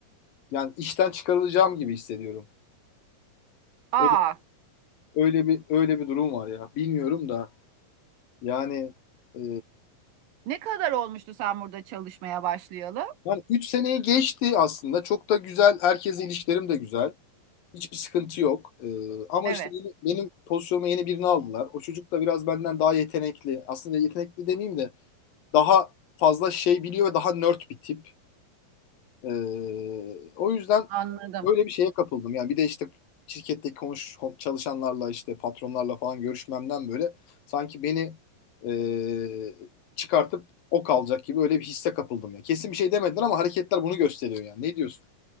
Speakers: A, on the left; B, on the right.
A: yani işten çıkarılacağım gibi hissediyorum.
B: Aa,
A: Öyle, öyle bir öyle bir durum var ya. Bilmiyorum da. Yani e,
B: ne kadar olmuştu sen burada çalışmaya başlayalı?
A: yani 3 seneyi geçti aslında. Çok da güzel. Herkesle ilişkilerim de güzel. Hiçbir sıkıntı yok. E, ama
B: Evet,
A: işte yeni- benim pozisyonuma yeni birini aldılar. O çocuk da biraz benden daha yetenekli. Aslında yetenekli demeyeyim de daha fazla şey biliyor ve daha nerd bir tip. Ee, o yüzden
B: anladım.
A: öyle bir şeye kapıldım. Yani bir de işte şirketteki konuş çalışanlarla işte patronlarla falan görüşmemden böyle sanki beni e, çıkartıp ok alacak gibi öyle bir hisse kapıldım ya. Kesin bir şey demediler ama hareketler bunu gösteriyor yani. Ne diyorsun?